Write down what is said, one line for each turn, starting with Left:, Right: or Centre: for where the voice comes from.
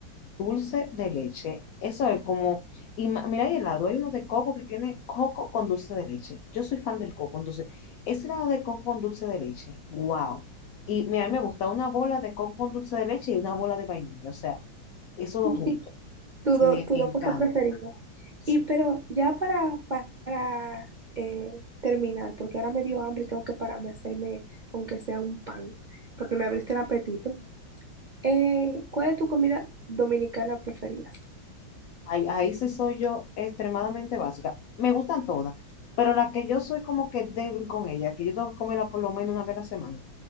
Left: dulce de leche, eso es como, y ma- mira, hay helado, hay uno de coco que tiene coco con dulce de leche. Yo soy fan del coco, entonces, ese helado de coco con dulce de leche, wow. Y mira, a mí me gusta una bola de coco con dulce de leche y una bola de vainilla, o sea, esos dos
Right: <laughs>
Left: juntos,
Right: Tu dos
Left: me
Right: tu
Left: encanta.
Right: dos cosas preferidas.
Left: Sí,
Right: Y pero ya para, para eh, terminar, porque ahora me dio hambre y tengo que pararme a hacerme, aunque sea un pan, porque me abriste el apetito. Eh, ¿cuál es tu comida dominicana preferida?
Left: ahí, ahí sí soy yo extremadamente básica. Me gustan todas, pero la que yo soy como que débil con ella, que yo tengo que comerla por lo menos una vez a la semana